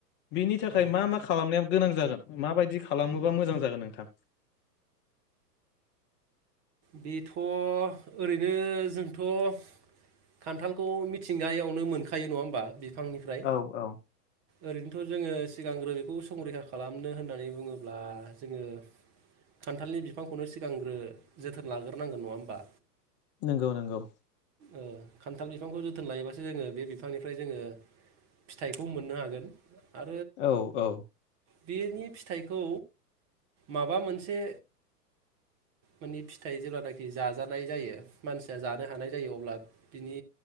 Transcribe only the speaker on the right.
औ
बेथ' ओरैनो जोंथ' खान्थालखौ मिथिंगायावनो मोनखायो नङा होमबा बि फांनिफ्राय
ओरैनोथ' जोंङो सिगांग्रो बेखौ संरैखा खालामनो होननानै बुङोब्ला जोंङो खान्थालनि बिफांखौनो सिगांग्रो जोथोन लाग्रोनांगोन नङा होमबा?
ओ खान्थाल बिफांखौ जोथोन लायोबासो जोंङो बे बिफांनिफ्राय जोंङो फिथाइखौ मोननो हागोन आ
बेनि फिथाइखौ माबा मोनसे माने फिथाइ जेब्लानाखि जाजानाय जायो मानसिया जानो हानाय जायो अब्ला बिनि